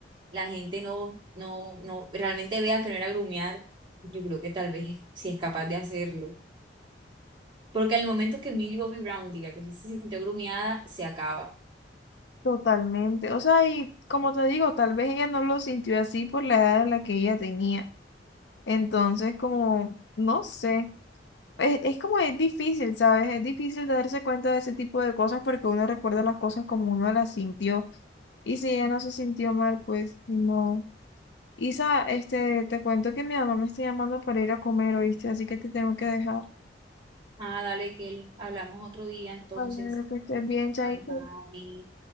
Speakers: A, on the right (about 25°); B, on the left (about 75°).
A: la gente no, no, no, realmente vea que no era grumear, yo creo que tal vez si es capaz de hacerlo. Porque al momento que Millie Bobby Brown diga que sí se sintió grumeada, se acaba.
B: Totalmente. O sea, y como te digo, tal vez ella no lo sintió así por la edad a la que ella tenía. Entonces, como, no sé. Es, es como es difícil, ¿sabes? Es difícil darse cuenta de ese tipo de cosas porque uno recuerda las cosas como uno las sintió. Y si ella no se sintió mal, pues no. Isa, este, te cuento que mi mamá me está llamando para ir a comer, ¿oíste? Así que te tengo que dejar.
A: Ah, dale, Kelly, hablamos otro día entonces.
B: Vale, que estés bien, Chaito.
A: Bye bye.